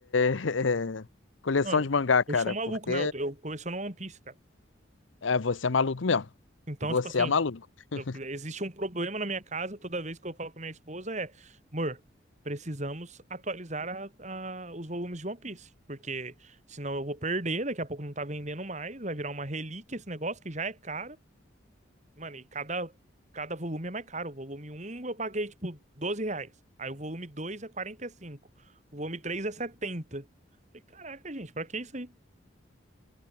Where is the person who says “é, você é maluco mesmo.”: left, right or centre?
Left